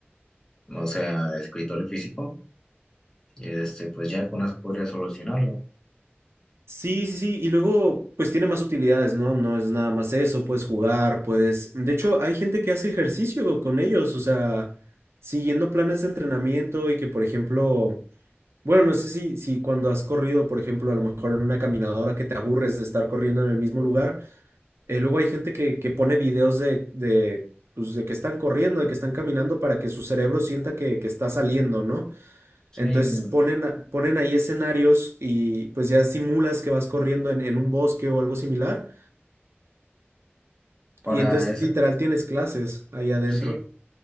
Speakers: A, on the left; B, on the right.
A: o sea, escritorio físico, este, pues ya con eso podrías solucionarlo.
B: Sí, sí, sí, y luego pues tiene más utilidades, ¿no? No es nada más eso, puedes jugar, puedes... De hecho, hay gente que hace ejercicio con ellos, o sea, siguiendo planes de entrenamiento y que, por ejemplo, bueno, no sé si, si cuando has corrido, por ejemplo, a lo mejor en una caminadora que te aburres de estar corriendo en el mismo lugar, eh, luego hay gente que, que pone videos de, de, pues, de que están corriendo, de que están caminando para que su cerebro sienta que, que está saliendo, ¿no?
A: Sí,
B: Entonces
A: mm,
B: ponen, a- ponen ahí escenarios y pues ya simulas que vas corriendo en, en un bosque o algo similar.
A: para
B: Y entonces
A: ese,
B: literal tienes clases ahí adentro.
A: sí,